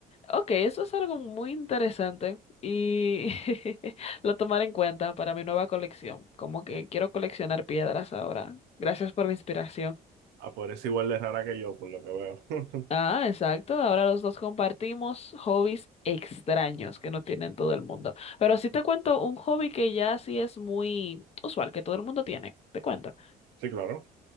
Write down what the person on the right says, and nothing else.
Ah, por eso igual de rara que yo, por lo que veo. <laughs>
Sí, claro.